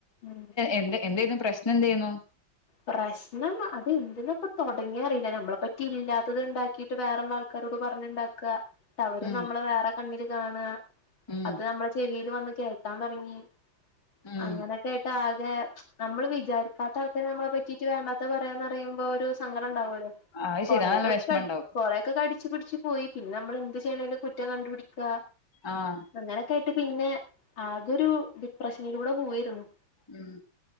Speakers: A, on the left; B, on the left.
A: ഉം
B: എന്ത എന്തേന്നു പ്രശ്നം എന്തേന്നു
A: പ്രശ്നം അത് എന്തിനപ്പ തുടങ്ങിയത റിയില്ല നമ്മളെ പറ്റി ഇല്ലാത്തത് ഇ ണ്ടാക്കിയിട്ട് വേറള്ള ആൾക്കാരോട് പറഞ്ഞുണ്ടാക്ക ന്നിട്ട് അവര്
B: ഉം
A: നമ്മളെ വേറെ കണ്ണില് കാണാ
B: ഉം
A: അത് നമ്മളെ ചെവിയിൽ വന്ന് കേക്കാൻ തുടങ്ങി
B: ഉം
A: അങ്ങനെയൊക്കെ ആയിട്ട് ആകെ നമ്മള് വിചാരിക്കാത്ത ആൾക്കെ നമ്മളെ പറ്റിയിട്ട് വേണ്ടാത്ത പറയാന്ന് പറയുമ്പോ ഒരു സങ്ക ടം ണ്ടകോലോ
B: അത്
A: കൊറക്കെ
B: ശെരി അത് നല്ല വെഷമണ്ടാവും
A: ക കൊറേക്കെ കടിച്ചു പിടിച്ച് പോയി പിന്നെ നമ്മൾ എന്ത് ചെയ്യണലും കുറ്റം കണ്ടുപിടിക്കുക
B: ആഹ്
A: അങ്ങനെക്കെ പിന്നെ ആകെ ഒരു ഡിപ്രഷനിലൂടെ പോയിരുന്നു
B: ഉം